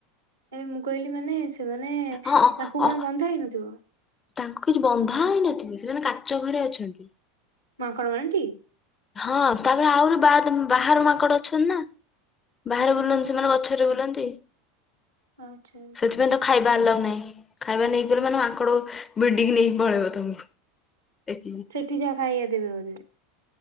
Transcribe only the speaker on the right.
ମୁ କହିଲି ମାନେ ସେ ମାନେ
ତାଙ୍କୁ
କଣ
ବନ୍ଧା ହେଇନଥିବ?
ମାଙ୍କଡ ମାନେ ଟି।
ଓହୋ
ଆଚ୍ଛା ଆଚ୍ଛା
ସେଠି ଯାହା ଖାଇବା ଦେବେ ବୋଧେ।